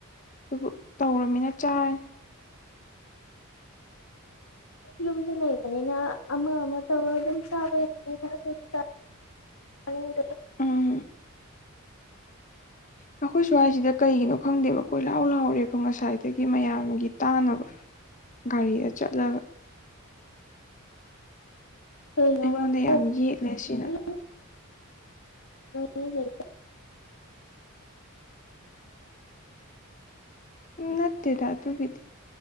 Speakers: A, on the left (about 35°); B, on the left (about 80°).
A: ꯑꯗꯨꯕꯨ ꯇꯧꯔꯃꯤꯅ ꯆꯥꯔꯅꯤ
B: ꯌꯨꯝꯗ ꯂꯩꯕꯅꯤꯅ ꯑꯃ ꯑꯃ ꯇꯧꯔꯒ ꯑꯗꯨꯝ ꯆꯥꯕ ꯌꯥꯅꯤ ꯑ <unintelligible>
A: ꯎꯝ ꯑꯩꯈꯣꯏ ꯁ꯭ꯋꯥꯏꯁꯤꯗ ꯀꯩꯒꯤꯅꯣ ꯈꯪꯗꯦꯕ ꯀꯣꯏ ꯂꯥꯎ ꯂꯥꯎꯔꯦꯕ ꯉꯁꯥꯏꯗꯒꯤ ꯃꯌꯥꯝꯒꯤ ꯇꯥꯅꯕ ꯒꯥꯔꯤꯗ ꯆꯠꯂꯒ
B: ꯀꯩꯅꯣꯕ
A: ꯑꯩꯉꯣꯟꯗ ꯌꯥꯝ
B: ꯑꯣ
A: ꯌꯦꯠꯂꯦ ꯁꯤꯅ
B: ꯃꯤ ꯃꯤ <unintelligible>
A: ꯎꯝ ꯅꯠꯇꯦꯗ ꯑꯗꯨꯒꯤꯗꯤ